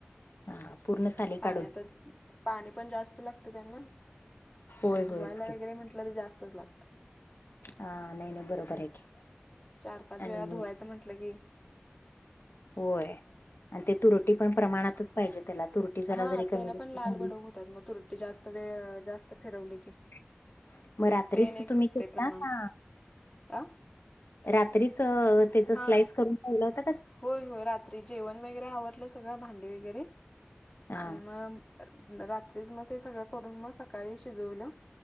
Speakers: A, on the left (about 65°); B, on the left (about 20°).
A: हा पूर्ण साली
B: पाण्यातच
A: काढून
B: पाणी पण जास्त लागत त्यांना
A: होय
B: ते धुवायला
A: होयच की
B: वगैरे म्हटलं तर जास्तच लागत.
A: हा नाही नाही बरोबर हाय की.
B: चार पाच
A: आणि
B: वेळा धुवायचं म्हंटलं की
A: होय आणि ते तुरटी पण प्रमाणातच पाहिजे त्याला तुर टी जरा
B: हा
A: जरी
B: तेन
A: कमी जास्त
B: पण लाल
A: झाली
B: भडक होतात मग तुरटी जास्त वेळ जास्त फिरवली की
A: <unintelligible> म रात्रीच
B: तेन एक
A: तुम्ही
B: चुकतय
A: फिरता
B: प्रमाण
A: का
B: आ
A: रात्रीच त्याच
B: हा
A: स्लाईस करून ठेवलं होत
B: होय होय रात्री जेवण वगैरे आवरलं सगळं भांडी वगैरे
A: हा
B: आणि म रात्रीच म ते सगळं करून म सकाळी शिजवलं.